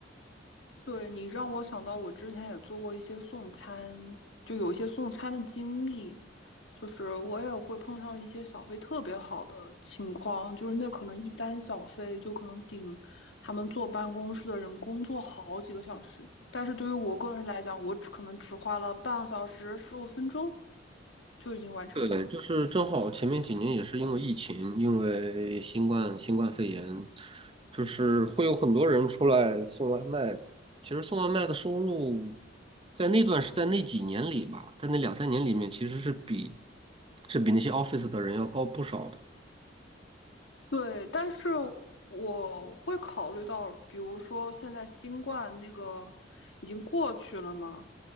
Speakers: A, on the left; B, on the right.
A: 对，你让我想到我之前也做过一些送餐，就有一些送餐的经历，就是我也会碰上一些小费特别好的情况，就是那可能一单小费就可能顶他们坐办公室的人工作好几个小时，但是对于我个人来讲，我只可能只花了半个小时、十五分钟就已经完成了。
B: 对，就是正好前面几年也是因为疫情，因为新冠新冠肺炎，就是会有很多人出来送外卖。其实送外卖的收入，在那段是在那几年里吧，在那两三年里面，其实是比是比那些 office 的人要高不少的。
A: 对，但是我会考虑到，比如说现在新冠那个已经过去了嘛，